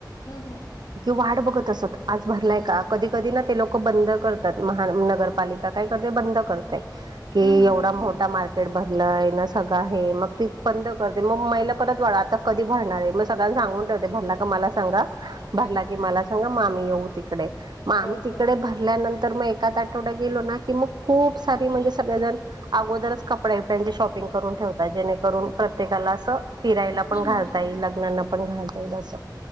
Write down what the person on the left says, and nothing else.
हम्. हम्.
हम्म, हम्म,
हम्म.
हम्म, हम्म.
हो,
हो.
हम्म,
हम्म.